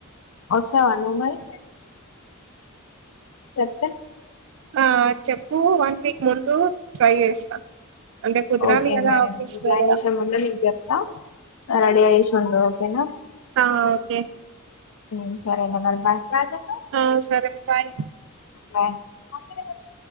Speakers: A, on the left; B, on the right.
A: వస్తావా నువ్వు మరి చెప్తా
B: ఆ చెప్పు వన్ వీక్ ముందు ట్రై చేస్తా అంటే కుదరాలి
A: ఓకే
B: కదా
A: మరి
B: ఆఫీస్ లో
A: ప్లాన్
B: కూడా
A: చేసే ముందర నీకు చెప్తా రెడీ అయ్యేసి ఉండు ఓకేనా
B: ఆ ఓకే
A: ఉ సరేలే మరి బాయ్ ఉ
B: ఆ సరే బాయ్
A: బాయ్ అస్ట కాచ్చ